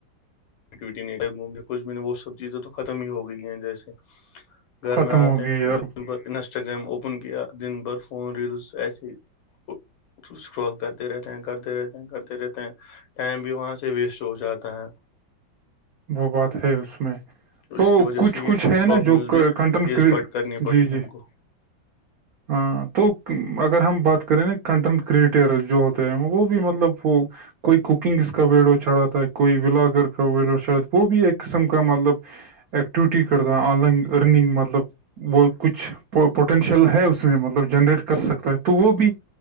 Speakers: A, on the left; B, on the right.
A: ڈیوٹی نہیں گئے موم نے کچھ بھی نہیں وہ سب چیزیں تو ختم ہی ہو گئی ہیں جیسے گھر
B: ختم
A: میں آتے
B: ہو گئی
A: ہیں
B: یار
A: دن بھر انسٹاگرام اوپن کیا دن بھر فون ریلز ایسے ہے اسکرول کرتے رہتے ہیں کرتے رہتے ہیں کرتے رہتے ہیں ٹائم بھی وہاں سے ویسٹ ہو جاتا ہے
B: وہ بات ہے اس میں تو
A: اس کی وجہ
B: کچھ
A: سے
B: کچھ
A: یہ سب
B: ہے نا
A: پرابلمس
B: جو
A: بھی
B: کنٹن
A: فیس پٹ کرنی پڑی
B: جی جی
A: ہم کو
B: ہاں تو اگر ہم بات کریں نا کنٹینٹ کریٹرز جو ہوتے ہیں وہ بھی مطلب وہ کوئی کوکنگس کا ویڈیو چلا اتا ہے کوئی بلاگر کا ویڈیو چلاتا وہ بھی ایک قسم کا مطلب ایکٹیوٹی کر رہا آن لائن ارننگ مطلب وہ کچھ پوٹینشیل ہے اس میں مطلب جنریٹ کر سکتا ہے تو وہ بھی